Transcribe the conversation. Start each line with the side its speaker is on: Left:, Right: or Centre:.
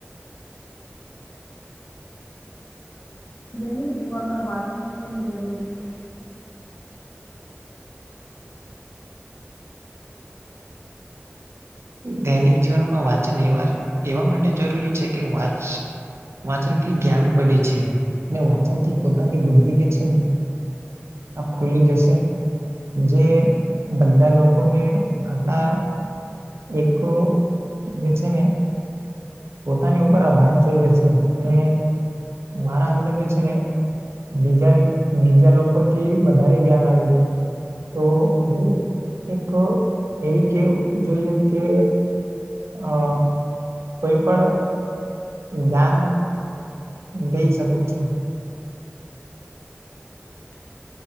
Left: દૈનિક જીવનમાં વાચન કેમ જરૂરી છે?
Right: દૈનિક જીવનમાં વાચન એવા એવા માટે જરૂરી છે કે વાચ વાચન થી જ્ઞાન બડે છે, ને વાચન થી પોતાની બુદ્ધિ જે છે ને આ ખુલી જશે જે બધા લોકોને આપડા એકો જે છેને પોતાની ઉપર આભાર થઈ જશે અને મારા અંદર જે છે ને બીજા બીજા લોકો થી વધારે જ્ઞાન આવ જાય તો હું એક એવી કેવું જોઈએ કે હા, કોઈ પણ દાન લઈ શકું છું.